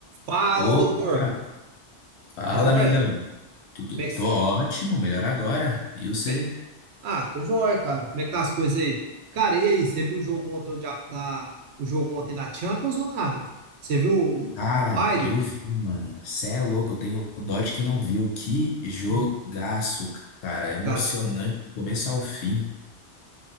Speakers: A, on the right; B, on the left.
A: Fala,
B: Opa,
A: doutor.
B: fala
A: Tá joia?
B: amigão. Tudo,
A: Como é que...
B: tô ótimo, melhor agora. E você?
A: como é- Ah, tô joia, cara. Como é que tá as coisas aí? Cara, e aí? Você viu o jogo ontem de a- da... o jogo ontem da Champions ou nada? Você viu o,
B: Cara,
A: o baile?
B: eu vi, mano. Cê é louco, eu tenho dó de quem não viu. Que jogaço,
A: Não,
B: cara. Emocionante
A: Cara,
B: do começo ao fim.